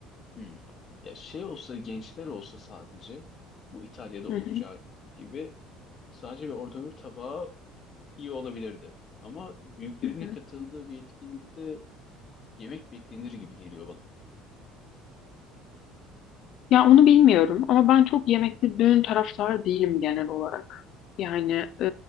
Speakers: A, on the left; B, on the left.
A: Hmm. Ya şey olsa gençler olsa sadece bu İtalya'da
B: Hı
A: olacağı
B: hı,
A: gibi sadece bir orta bir tabağı iyi olabilirdi. Ama büyüklerine
B: hı hı.
A: katıldığı bir etkinlikte yemek beklenir gibi geliyor bana.
B: Ya onu bilmiyorum ama ben çok yemekli düğün taraftarı değilim genel olarak. Yani e,